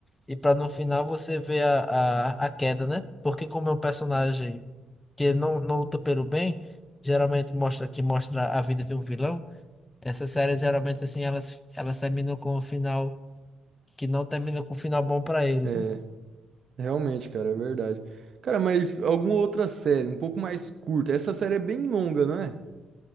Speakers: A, on the left (about 15°); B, on the right (about 55°).
A: e pra no final você ver a, a, a queda, né? Porque como é um personagem que não, não luta pelo bem, geralmente mostra que mostra a vida de um vilão. Essas séries geralmente assim elas elas terminam com um final que não termina com um final bom pra eles.
B: É,
A: né?
B: realmente, cara, é verdade. Cara, mas alguma outra série, um pouco mais curta. Essa série é bem longa, não é?